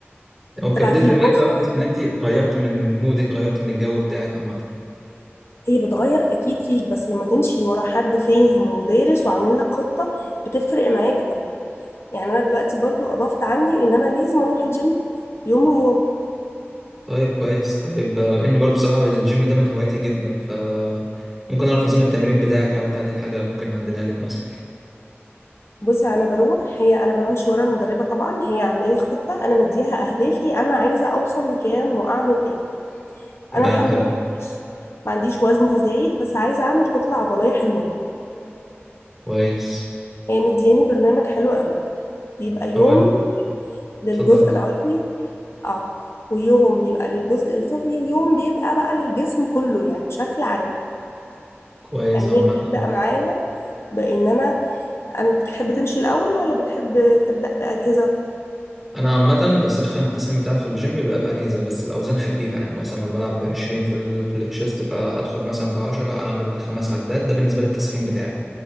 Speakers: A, in the centre; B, on the left (about 70°).
A: او كانت
B: طلع
A: بتفرق
B: فيه دراسه
A: معاك بقى وتحس ان انت غيرت من مودك غيرت من الجو بتاعك عامة
B: هي بتغير اكيد فيك بس لما تمشي ورا حد فاهم ودارس وعامل لك خطه بتفرق معاك يعني انا دلوقتي برضو اضفت عندي ان انا لازم اروح الجيم يوم ويوم
A: طيب كويس طيب آه، ان برضو بصراحة الجيم ده من هواياتي جدا ف ممكن اعرف نظام التمرين بتاعك لو انت عندك حاجة ممكن نعدلها لك مثلا
B: بصي انا بروح هي انا بمشي ورا المدربه طبعا هي عامله لي خطه انا مديها اهدافي انا عايزه اوصل لكام واعمل ايه
A: تمام
B: انا الحمد
A: حلو
B: لله ما عنديش ما عنديش وزن زايد بس عايزه اعمل كتله عضليه حلوه
A: كويس
B: هي مدياني برنامج حلو قوي بيبقى يوم
A: اول
B: للجزء
A: اتفضل
B: العلوي اه ويوم بيبقى للجزء السفلي ويوم بيبقى بقى للجسم كله يعني بشكل عام
A: كويس
B: يعني هي
A: عامة
B: بتبدأ معايا بان انا أنا بتحب تمشي الأول ولا بتحب تبدأ بأجهزة؟
A: انا عامه بسخن التسخين بتاعي في الجيم بيبقى باجهزه بس باوزان خفيفه يعني مثلا لو بلعب ب 20 في ال في التشيست فادخل مثلا ب 10 اعمل خمس عدات ده بالنسبه لي التسخين بتاعي